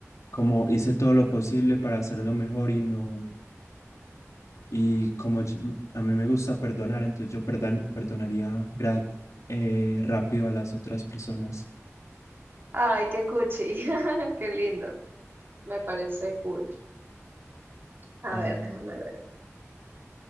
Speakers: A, on the left; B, on the right.
A: como hice todo lo posible para hacerlo mejor y no, y como yo- a mí me gusta perdonar, entonces yo perdan perdonaría gra- eh, rápido a las otras personas.
B: Ay, qué cuchi, <laughs> qué lindo. Me parece cool. A
A: A
B: ver,
A: ver,
B: déjame ver.